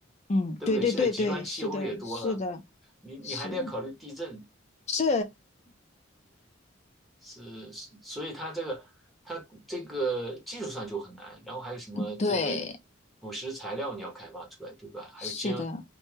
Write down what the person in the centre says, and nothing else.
对不对？
现在极端气候也多了，
你你还得要考虑地震
是是所以它这个它这个技术上就很难，然后还有什么这个
腐蚀材料你要开发出来，对吧？还有监